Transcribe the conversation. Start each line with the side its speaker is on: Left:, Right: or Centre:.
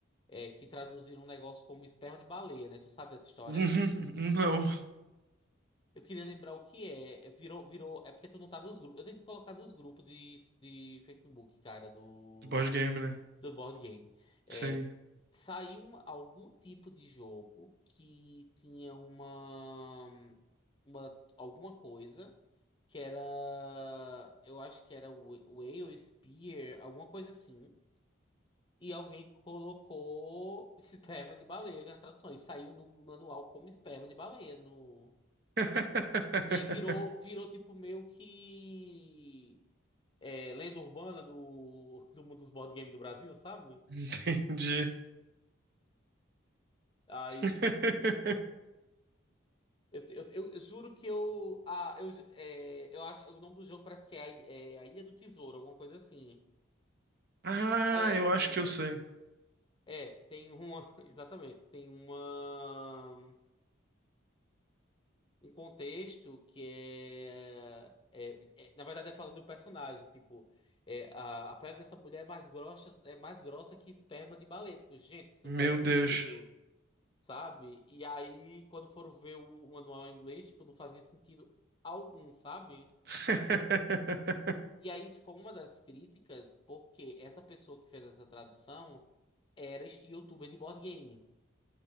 Left: é, que traduziram um negócio como esperma de baleia, né? Tu sabe dessa história?
Right: Uhum, Não,
Left: Eu queria lembrar o que é. É, Virou, virou. É porque tu não tá nos grupos. Eu tentei colocar nos grupos de, de Facebook, cara, do.
Right: de board game, né?
Left: do board game. É,
Right: Sim.
Left: saiu uma- algum tipo de jogo que tinha uma, uma alguma coisa que era, eu acho que era o Whale Spear, alguma coisa assim. E alguém colocou <laughs> esperma de baleia na tradução. E saiu no manual como esperma de baleia no
Right: <laughs>
Left: e aí virou, virou tipo meio que é, lenda urbana do, do mundo dos board games do Brasil, sabe?
Right: Entendi.
Left: Aí,
Right: <laughs>
Left: tipo, Eu, eu, eu- eu juro que eu. Ah, eu, é, eu acho. O nome do jogo parece que é, a é a Ilha do Tesouro, alguma coisa assim.
Right: Ah,
Left: É,
Right: eu acho que eu sei.
Left: é. É, tem uma. <laughs> Exatamente. Tem uma. Um contexto que é, é, é- Na verdade, é falando de um personagem. Tipo, é, a, a pele dessa mulher é mais grossa, é mais grossa que esperma de baleia. Tipo, gente, isso
Right: Meu
Left: não faz sentido,
Right: Deus.
Left: sabe? E aí, quando foram ver o, o manual em inglês, tipo, não fazia sentido algum, sabe?
Right: <laughs>
Left: E aí, isso foi uma das críticas, porque essa pessoa que fez essa tradução era este youtuber de board game.